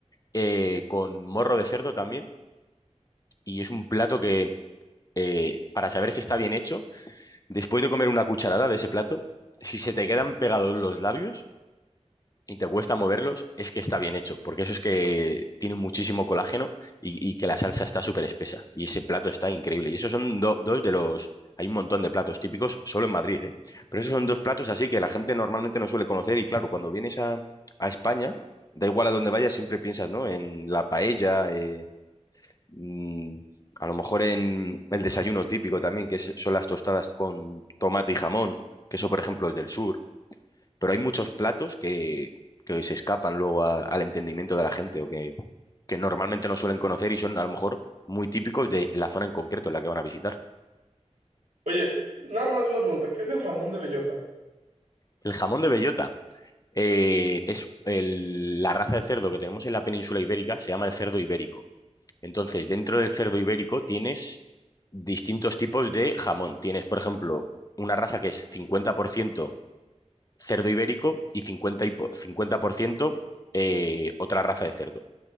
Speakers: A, on the left; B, on the right.
A: eh, con morro de cerdo también. Y es un plato que, eh, para saber si está bien hecho, después de comer una cucharada de ese plato, si se te quedan pegados los labios, y te cuesta moverlos, es que está bien hecho, porque eso es que tiene muchísimo colágeno y, y que la salsa está súper espesa. Y ese plato está increíble. Y esos son do- dos de los... Hay un montón de platos típicos solo en Madrid, ¿eh? Pero esos son dos platos así que la gente normalmente no suele conocer y claro, cuando vienes a, a España, da igual a dónde vayas, siempre piensas, ¿no? En la paella, eh, mm, a lo mejor en el desayuno típico también, que es- son las tostadas con tomate y jamón, que eso, por ejemplo, es del sur pero hay muchos platos que, que se escapan luego a- al entendimiento de la gente o que, que normalmente no suelen conocer y son a lo mejor muy típicos de la zona en concreto en la que van a visitar.
B: Oye, nada más una pregunta. ¿Qué es el jamón de bellota?
A: El jamón de bellota eh, es el- la raza de cerdo que tenemos en la península ibérica, se llama el cerdo ibérico. Entonces, dentro del cerdo ibérico tienes distintos tipos de jamón. Tienes, por ejemplo, una raza que es 50% cerdo ibérico y 50, y po- 50% eh, otra raza de cerdo.